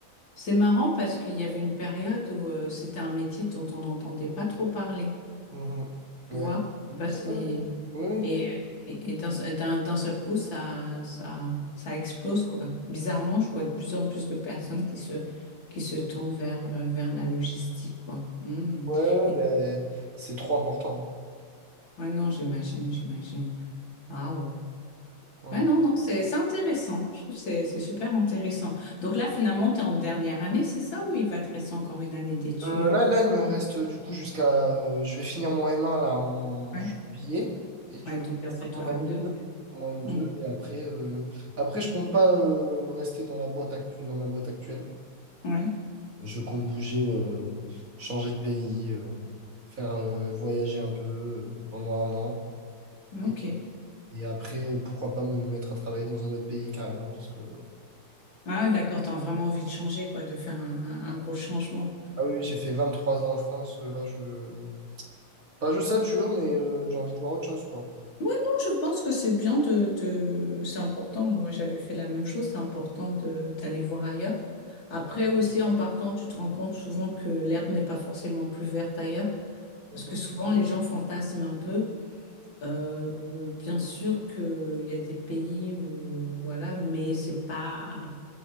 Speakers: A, on the left (about 60°); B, on the right (about 40°).
A: C'est marrant parce qu'il y avait une période où euh, c'était un métier dont on n'entendait pas trop parler.
B: Mhm.
A: Tu
B: Ouais.
A: vois? Je sais pas si...
B: Oui, oui,
A: Et, et, et d'un d'un- d'un seul coup, ça, ça, ça explose, quoi. Bizarrement, je vois de plus en plus de personnes qui se, qui se tournent vers, euh, vers la logistique, quoi. Hmm.
B: ouais, ouais,
A: Et,
B: ben, c'est trop important.
A: ouais, non, j'imagine, j'imagine. Waouh.
B: Mmh.
A: Ouais, non, non, c'est c'est intéressant. Je trouve que c'est c'est super intéressant. Donc là, finalement, tu es en dernière année, c'est ça? Ou il va te rester encore une année d'études?
B: Euh, là, là, il me reste euh, du coup jusqu'à. euh, je vais finir mon M1 là en
A: Ouais.
B: juillet. Et du
A: Ouais,
B: coup,
A: donc après
B: je vais faire
A: toi,
B: mon
A: m
B: M2.
A: deux
B: Mon M2.
A: Hmm.
B: Et après, euh, après je compte pas euh, rester dans la boîte actu- dans ma boîte actuelle.
A: Ouais,
B: Je compte bouger, euh, changer de pays, euh, faire euh, voyager un peu euh, pendant un an.
A: ok.
B: Et, et après, euh, pourquoi pas me mettre à travailler dans un autre pays carrément. Parce que.
A: Ah, d'accord, t'as vraiment envie de changer, quoi, de faire un, un gros changement.
B: Ah oui, j'ai fait 23 ans en France. euh, Là, je. Pas je sature, mais euh, j'ai envie de voir autre chose, quoi.
A: Non, je pense que c'est bien de, de... C'est important, moi j'avais fait la même chose, c'est important de, d'aller voir ailleurs. Après aussi, en partant, tu te rends compte souvent que l'herbe n'est pas forcément plus verte ailleurs,
B: Mhm.
A: parce que souvent les gens fantasment un peu. Euh, bien sûr qu'il y a des pays où, voilà, mais c'est pas,